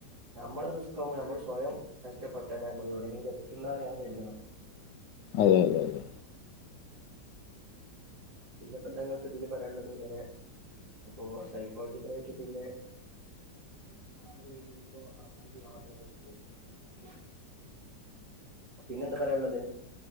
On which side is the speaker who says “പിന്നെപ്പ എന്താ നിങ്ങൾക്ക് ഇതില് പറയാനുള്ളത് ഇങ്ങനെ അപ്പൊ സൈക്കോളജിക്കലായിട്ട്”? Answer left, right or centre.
Right